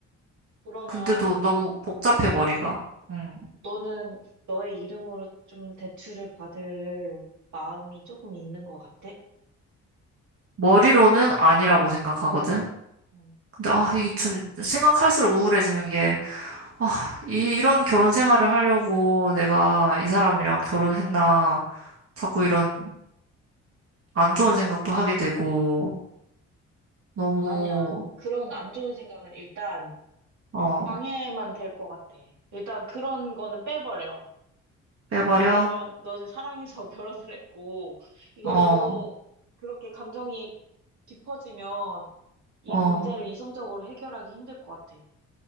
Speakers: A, on the right (about 70°); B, on the right (about 50°).
A: 그러면
B: 근데도 너무 복잡해 머리가. 음.
A: 너는 너의 이름으로 좀 대출을 받을 마음이 조금 있는 것 같아?
B: 머리로는 아니라고 생각하거든.
A: 응.
B: 근데 아, 이게 좀 생각할수록 우울해지는 아, 이, 이런 결혼 생활을 하려고 내가 이 사람이랑 결혼했나. 자꾸 이런 안 좋은 생각도 하게 되고, 너무,
A: 아니야. 그런 안 좋은 생각은 일단
B: 어,
A: 방해만 될 것 같아. 일단 그런 거는 빼버려.
B: 빼버려?
A: 왜냐면 너는 사랑해서 <laughs> 결혼을 했고, 이거
B: 어,
A: 너무 그렇게 감정이 깊어지면 이
B: 어,
A: 문제를 이성적으로 해결하기 힘들 것 같아.